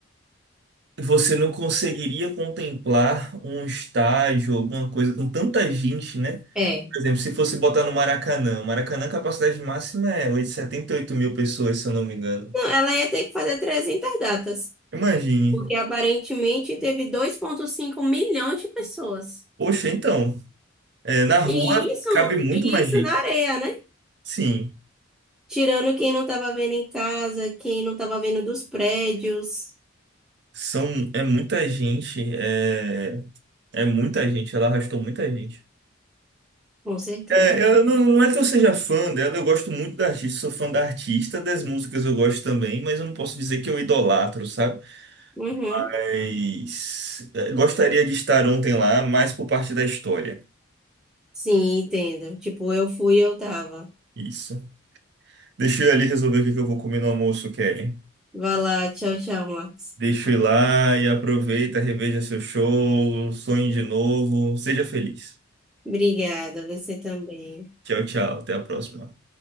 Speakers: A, on the right; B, in the centre.
A: Você não conseguiria contemplar um estádio, alguma coisa com tanta gente, né?
B: É.
A: Por exemplo, se fosse botar no Maracanã. Maracanã, a capacidade máxima é oito- setenta e oito mil pessoas, se eu não me engano.
B: Não, ela ia ter que fazer 300 datas,
A: Imagine.
B: porque aparentemente teve dois vírgula cinco milhões de pessoas.
A: Poxa, então, é, na rua
B: E isso,
A: cabe muito
B: e
A: mais
B: isso
A: gente.
B: na areia, né?
A: Sim,
B: Tirando quem não estava vendo em casa, quem não estava vendo dos prédios.
A: são, é muita gente. É, é muita gente. Ela arrastou muita gente.
B: Com certeza.
A: É, eu não, não é que eu seja fã dela, eu gosto muito da artista, sou fã da artista, das músicas eu gosto também, mas eu não posso dizer que eu idolatro, sabe?
B: Uhum.
A: Mas eh, gostaria de estar ontem lá, mais por parte da história.
B: Sim, entendo. Tipo, eu fui, eu tava.
A: Isso. Deixa eu ir ali resolver o que que eu vou comer no almoço, Kelly.
B: Vai lá, tchau, tchau, Marcos.
A: Deixa eu ir lá e aproveita, reveja seu show, sonhe de novo, seja feliz.
B: Obrigada, você também.
A: Tchau, tchau. Até a próxima.